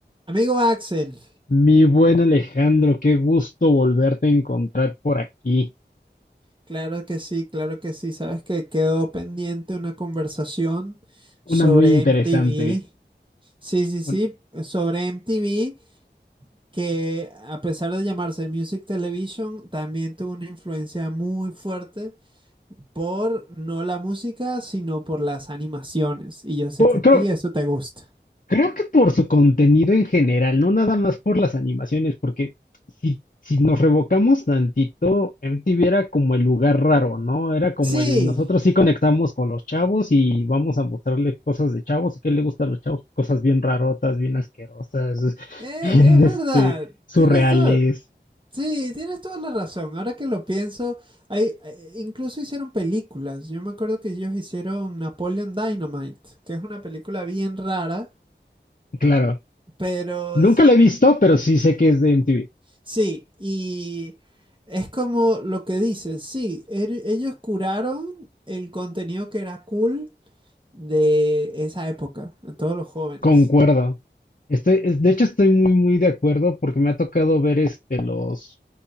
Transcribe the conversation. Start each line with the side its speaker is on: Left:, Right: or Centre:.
Right: Amigo Axel,
Left: Mi buen Alejandro, qué gusto volverte a encontrar por aquí.
Right: claro que sí, claro que sí. Sabes que quedó pendiente una conversación sobre
Left: Una muy interesante.
Right: MTV. Sí, sí,
Left: Un-
Right: sí, sobre MTV, que a pesar de llamarse Music Television, también tuvo una influencia muy fuerte por no la música, sino por las animaciones. Y yo sé
Left: por-
Right: que a ti
Left: creo,
Right: eso te gusta.
Left: creo que por su contenido en general, no nada más por las animaciones, porque si, si nos revocamos tantito, MTV era como el lugar raro, ¿no? Era como
Right: Sí,
Left: el nosotros sí conectamos con los chavos y vamos a mostrarle cosas de chavos y qué le gusta a los chavos, cosas bien rarotas, bien asquerosas,
Right: e-
Left: <laughs> bien
Right: es verdad.
Left: este, surreales.
Right: Tienes todo. Sí, tienes toda la razón. Ahora que lo pienso, hay, eh, incluso hicieron películas. Yo me acuerdo que ellos hicieron Napoleon Dynamite, que es una película bien rara,
Left: Claro.
Right: pero
Left: Nunca
Right: s-
Left: lo he visto, pero sí sé que es de MTV.
Right: sí, y es como lo que dices, sí, er- ellos curaron el contenido que era cool de esa época, de todos los jóvenes.
Left: Concuerdo. Estoy, es- de hecho, estoy muy, muy de acuerdo porque me ha tocado ver este, los,